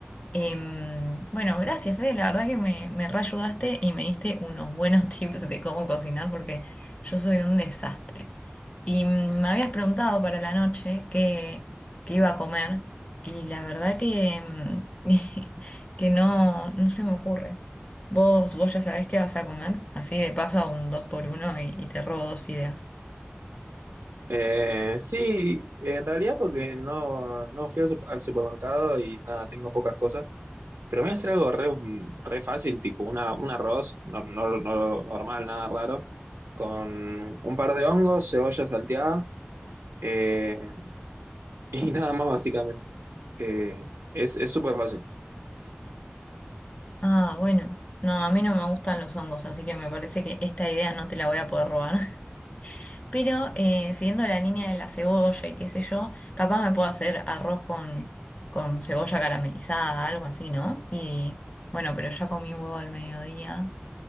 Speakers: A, on the left (about 30°); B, on the right (about 75°).
A: Em, bueno, gracias, Fede. La verdad que me, me reayudaste y me diste unos buenos <laughs> tips de cómo cocinar porque yo soy un desastre. Y mm, me habías preguntado para la noche qué, qué iba a comer y la verdad que, mm, <laughs> que no, no se me ocurre. ¿Vos, vos ya sabés qué vas a comer? Así de paso a un dos por uno y y te robo dos ideas.
B: Eh, sí, en realidad porque no, no fui al sup- al supermercado y nada, tengo pocas cosas. Pero voy a hacer algo re, re fácil, tipo una, un arroz no, no- no- normal, nada raro, con un par de hongos, cebolla salteada eh, <laughs> y nada más básicamente. Eh, es es súper fácil.
A: Ah, bueno. No, a mí no me gustan los hongos, así que me parece que esta idea no te la voy a poder robar. Pero eh, siguiendo la línea de la cebolla y qué sé yo, capaz me puedo hacer arroz con, con cebolla caramelizada, algo así, ¿no? Y bueno, pero ya comí huevo al mediodía.